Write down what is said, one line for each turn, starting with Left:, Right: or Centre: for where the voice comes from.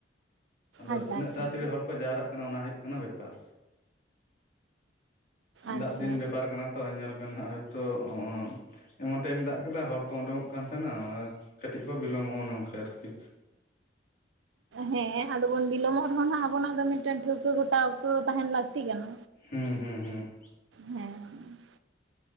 Left: ᱟᱫᱚ
Right: ᱟᱪᱪᱷᱟ
Left: ᱛᱤᱱᱟᱹᱜ
Right: ᱟᱪᱪᱷᱟ
Left: ᱛᱟᱲᱟᱛᱟᱲᱤ ᱦᱚᱲ ᱠᱚ ᱡᱟᱣᱨᱟᱜ ᱠᱟᱱᱟ ᱾ ᱚᱱᱟ ᱦᱩᱭᱩᱼᱜ ᱠᱟᱱᱟ ᱵᱮᱯᱟᱨ᱾
Right: ᱟᱪᱪᱷᱟ
Left: ᱫᱟᱜ ᱫᱤᱱ ᱵᱮᱯᱟᱨ ᱠᱟᱱᱟ ᱛᱚ᱾ ᱧᱮᱞ ᱵᱮᱱ ᱦᱟᱸᱜ ᱦᱚᱭ ᱛᱳ ᱚᱸ ᱚᱸ ᱮᱢᱚᱱ ᱴᱟᱭᱤᱢ ᱫᱟᱜ ᱠᱮᱫᱟ ᱦᱚᱲ ᱠᱚ ᱩᱸᱰᱩᱠᱚᱜ ᱠᱟᱱ ᱛᱟᱦᱮᱱᱟ ᱾ ᱟᱨ ᱠᱟᱹᱴᱤᱡ ᱠᱚ ᱵᱤᱞᱚᱢᱚᱜ-ᱟ ᱾ᱚᱱᱮ ᱚᱝᱠᱟ ᱟᱨᱠᱤ
Right: ᱦᱮᱸ ᱟᱫᱚ ᱵᱚᱱ ᱵᱤᱞᱚᱢᱚᱜ ᱨᱮᱦᱚᱸ ᱱᱷᱟᱜ ᱟᱵᱚᱱᱟᱜ, ᱫᱚ ᱢᱤᱫᱴᱮᱱ ᱴᱷᱟᱹᱣᱠᱟᱹ ᱜᱷᱚᱴᱟᱣ ᱚᱠᱛᱚ ᱫᱚ ᱛᱟᱦᱮᱱ ᱞᱟᱹᱠᱛᱤᱜ ᱠᱟᱱᱟ᱾
Left: ᱦᱩᱸ ᱦᱩᱸ ᱦᱩᱸ
Right: ᱦᱮᱸ